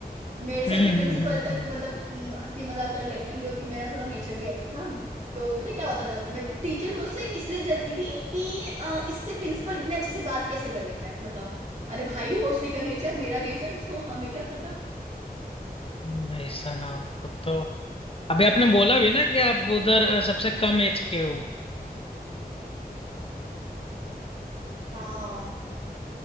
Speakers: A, on the right; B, on the left.
A: मेरे साथ
B: हम्म
A: तो प्रिंसिपल
B: हम्म
A: तक
B: हम्म
A: मतलब हम्म, हंसी मजाक कर लेते हैं क्योंकि मेरा थोड़ा नेचर भी ऐसा था तो पता क्या होता था मैं टीचर मुझसे इसलिए जलती थी कि अ, इससे प्रिंसिपल इतने अच्छे से बात कैसे कर लेता है बताओ अरे भाई वो उसी का नेचर मेरा नेचर उसको हमें क्या पता
B: हम्म। भाई साहब तब तो अभी आपने बोला भी ना कि आप उधर अ, सबसे कम एज के हो
A: हाँ